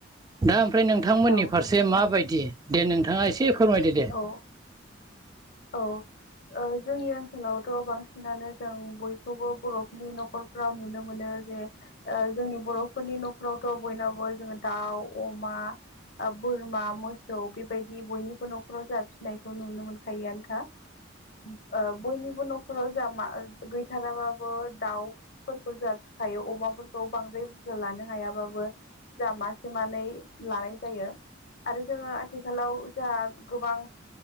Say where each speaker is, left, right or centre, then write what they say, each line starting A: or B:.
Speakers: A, on the right; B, on the left.
A: दा ओमफ्राय नोंथांमोननि
B: औ
A: फारसे माबायदि दे नोंथाङा एसे फोरमायदो दे।
B: औ औ औ ओ जोंनि ओनसोलावथ' बांसिनानो जों बयखौबो बर' नि न'खरफ्राव नुनो मोनो जे जोंनि ओ बर' फोरनि न'खरावथ' बयनावबो जोङो दाउ, अमा ओ बोरमा, मोसौ, बेबायदि बयनिबो न'खराव जाफिननायखौ नुनो मोन खायोआनोखा ओ बयनिबो न' खराव जा मा गैथाराबाबो दाउफोरखौ जाहा फिखायो अमाफोर खौ बांद्राय बुरजा लानो हायाबाबो जा मासे मानै लानाय जायो। आरो जोङो आथिखालाव जाहा गोबां